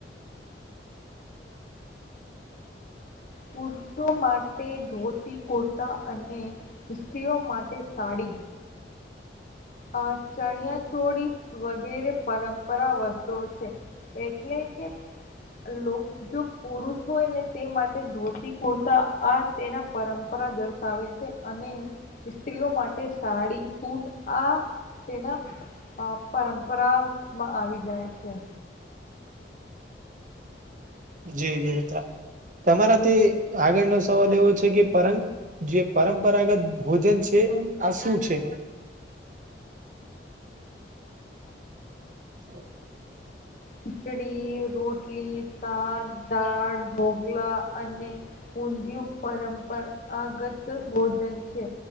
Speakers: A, on the left; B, on the right.
A: પુરુષો માટે ધોતી, કુર્તા અને સ્ત્રીઓ માટે સાડી અ ચણિયાચોળી વગેરે પરંપરા વસ્તુઓ છે. એટલે કે લો જો પુરુષ હોય ને, તે માટે ધોતી-કોતા આ તેના પરંપરા દર્શાવે છે. અને સ્ત્રીઓ માટે સાડી, સૂટ આ તેના પરંપરા માં આવી જાય છે.
B: જી, જી મિત્ર, તમારાથી આગળનો સવાલ એવો છે કે, પરંગ જે પરંપરાગત ભોજન છે, આ શું છે? <unintelligible>
A: ખીચડી, રોટલી, શાક, દાળ, ઢોકલા અને ઊંધિયુ પરંપરાગત ભોજન છે.